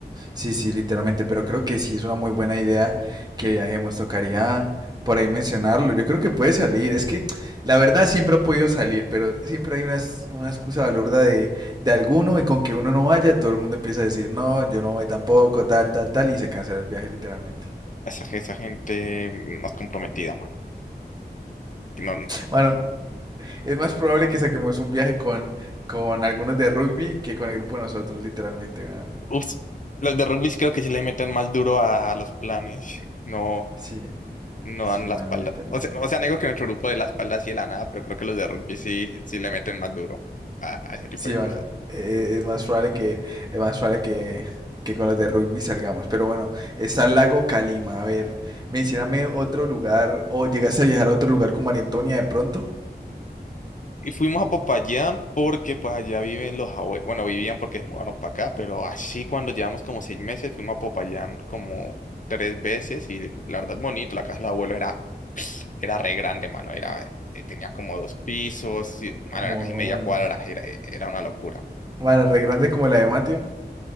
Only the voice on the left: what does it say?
Esa, ge- esa gente más comprometida, man. Que No,
ups, los de rugby creo que sí le meten más duro a a los planes. <laughs> No.
No
dan la
espalda.
O sea, o sea, no digo que nuestro grupo de la espalda así de la nada, pero creo que los de rugby sí, sí le meten más duro a, a ese tipo
de cosas.
Y fuimos a Popayán porque pues allá viven los abuelos, bueno, vivían porque se mudaron para acá, pero así cuando llevamos como seis meses fuimos a Popayán como tres veces y la verdad bonito, la casa de los abuelos era, era re grande, mano, era, eh, tenía como dos pisos, y, mano,
era casi media cuadra, era, era una locura.